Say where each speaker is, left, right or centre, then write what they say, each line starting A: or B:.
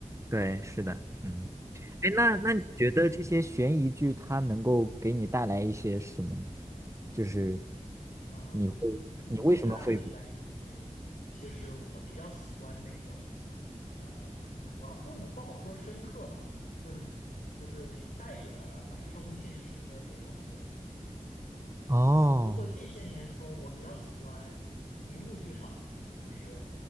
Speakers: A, on the right; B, on the left.
A: 对，是的，嗯，
B: 啊啊
A: 哎，那那你觉得这些悬疑剧它能够给你带来一些什么呢？就是
B: 啊！
A: 你会
B: 我我看悬疑，
A: 你为什么会
B: 其实我比较喜欢那种，呃呃不不能不好说深刻吧，就是就是带一点儿反映社会现实的那种那种剧。
A: 哦
B: 如果近些年说，我比较喜欢迷雾剧场的剧，就是